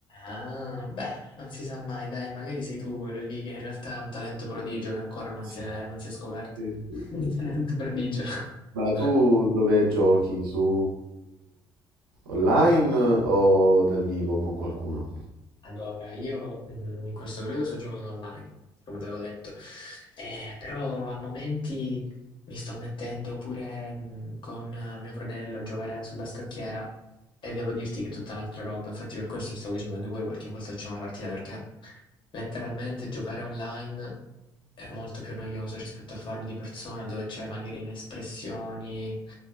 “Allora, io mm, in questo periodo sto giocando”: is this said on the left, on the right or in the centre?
Left